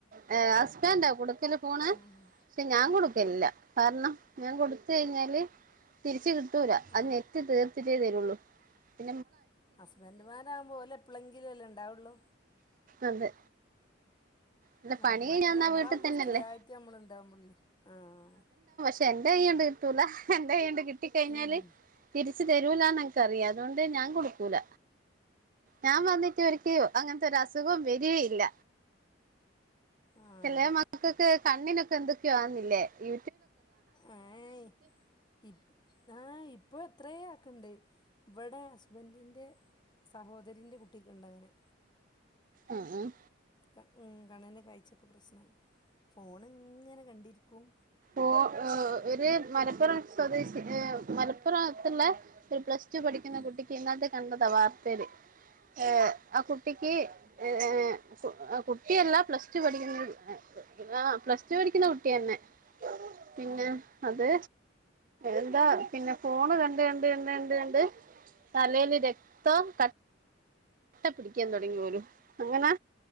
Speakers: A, on the right; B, on the left.
A: ഏ ഹസ്ബന്റാ കൊടുക്കല് ഫോണ്
B: ഉം
A: പക്ഷെ ഞാൻ കൊടു ക്കില്ല കാരണം ഞാൻ കൊടുത്ത് കഴിഞ്ഞാല് തിരിച്ച് കിട്ടൂല അത്
B: ഉം
A: ഞെറ്റ് തീർ ത്തിട്ടേ തരുള്ളൂ പി
B: ഹസ്ബൻഡുമാരാവുമ്പോ ഓല് എപ്പളെങ്കിലും അല്ലേ ഉണ്ടാവുള്ളു
A: അതെ അല്ല
B: ആ
A: പണി
B: മറ്റേ
A: കഴിഞ്ഞ് വന്നാ
B: നമ്മളാവുമ്പോ
A: വീട്ടിൽ തന്നെയല്ലേ
B: സ്ഥിരായിട്ട് നമ്മള് ഇണ്ടാവുമ്പള്ള് ആഹ്
A: പ എന്റെ കൈ ഞാൻ പെരുത്തൂല എന്റെ കയ്യണ്ട് കിട്ടി കഴിഞ്ഞാല്
B: ഉം
A: തിരി ച്ച് തരൂലാന്ന് എനക്ക് അറിയാം അതുകൊണ്ട് ഞാൻ കൊടുക്കൂല ഞാൻ വന്നിട്ട് ഒരിക്ക അങ്ങനത്തെ ഒരു അസുഖം വരിക ഇല്ല
B: ആഹ്
A: ചെലേ മക്കക്കൊക്കെ കണ്ണിനൊക്കെ എന്തൊക്കെയാന്നില്ലേ ഈ
B: ഏയ് ഇ ആ ഇപ്പൊ എത്രയ ആക്കണ്ട് ഇവിടെ ഹസ്ബന്റിന്റെ സഹോദരിന്റെ കുട്ടിക്കൊണ്ടങ്ങനെ
A: ഉം ഉം
B: ക ഉം കണ്ണിന്റെ കാഴ്ചയൊക്കെ പ്രശ്നം ഫോണ് ഇങ്ങനെ കണ്ടിരിക്കും
A: ഓ ഓ ഒരു മലപ്പുറം സ്വദേശി ഏ മലപ്പുറാത്തുള്ള ഒരു പ്ലസ് ച്ചു പഠിക്കുന്ന
B: ഉം
A: കുട്ടിക്ക് ഇന്നാത്തെ കണ്ടതാ വാർത്തയില് ഏ ആ കുട്ടിക്ക് ഏ കു കുട്ടിയല്ല പ്ലസ് ടു പഠിക്കുന്ന <unintelligible> വ് വിറാ പ്ലസ് ടു പഠിക്കുന്ന കുട്ടിയന്നെ പിന്നെ
B: ഉം
A: അത് എന്താ പിന്നെ ഫോണ് കണ്ട് കണ്ട് കണ്ട് കണ്ട് കണ്ട് തലേല് രക്തം ക വട്ട പിടിക്കാൻ തുടങ്ങി പോലും അങ്ങനെ